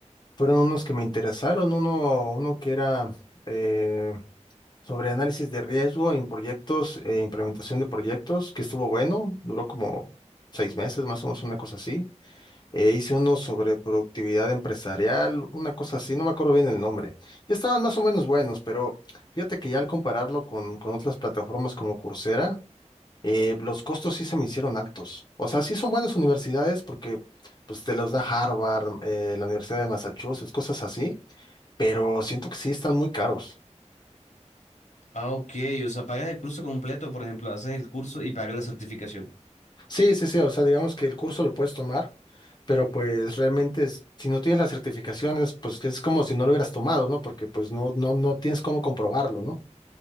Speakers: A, on the left (about 35°); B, on the left (about 75°).
A: fueron unos que me interesaron. Uno, uno que era eh, sobre análisis de riesgo en proyectos, eh, implementación de proyectos, que estuvo bueno, duró como seis meses, más o menos una cosa así. E hice uno sobre productividad empresarial, una cosa así, no me acuerdo bien el nombre. Y estaban más o menos buenos, pero fíjate que ya al compararlo con, con otras plataformas como Coursera, eh, los costos sí se me hicieron altos. O sea, sí son buenas universidades porque pues te los da Harvard, eh, la Universidad de Massachusetts, cosas así, pero siento que sí están muy caros.
B: Ah, ok, o sea, pagas el curso completo, por ejemplo, haces el curso y pagas la certificación.
A: Sí, sí, sí, o sea, digamos que el curso lo puedes tomar, pero pues realmente es- si no tienes las certificaciones, pues es como si no lo hubieras tomado, ¿no? Porque pues no, no, no tienes cómo comprobarlo, ¿no?